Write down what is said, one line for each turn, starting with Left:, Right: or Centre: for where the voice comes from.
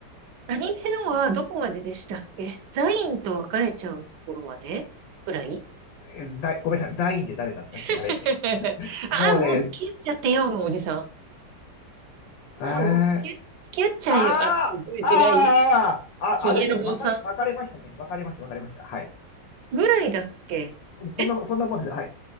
Right: アニメのはどこまででしたっけザインと別れちゃうところまでぐらい
Left: えーザイごめんなさい、ザインって誰だったっけあれ。
Right: <laughs>
Left: もうね、
Right: あ、もう付き合っちゃってよのおじさん。
Left: えー、
Right: あ、もう付き合っ付き合っちゃえよ。
Left: あー、
Right: あ、覚えてない
Left: あー、あ、
Right: ヒゲの坊さん
Left: あの人は分かれ、分かれましたね。分かれました、分かれました。はい。
Right: ぐらいだっけえ、
Left: うんそんな、
Right: 違う。
Left: そんなもんです。はい。